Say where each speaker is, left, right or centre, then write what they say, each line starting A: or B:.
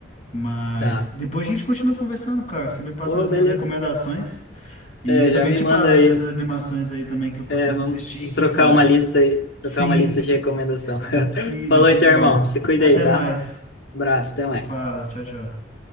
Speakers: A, on the left (about 35°); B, on the left (about 70°).
A: mas
B: Tá.
A: depois a gente continua conversando, cara. Você me passa
B: Ô,
A: mais umas
B: beleza.
A: recomendações e
B: É,
A: eu
B: já
A: também
B: me
A: te
B: manda
A: passo
B: aí.
A: dessas
B: um,
A: animações aí também que eu costumo
B: É, vamos
A: assistir, quem
B: trocar
A: sabe?
B: uma lista aí, trocar
A: Sim,
B: uma lista de recomendação.
A: <laughs> sim,
B: <laughs> Falou
A: vai ser
B: então,
A: bom.
B: irmão. Se cuida
A: Até
B: aí, tá?
A: mais.
B: Abraço, até mais.
A: Você fala, tchau, tchau.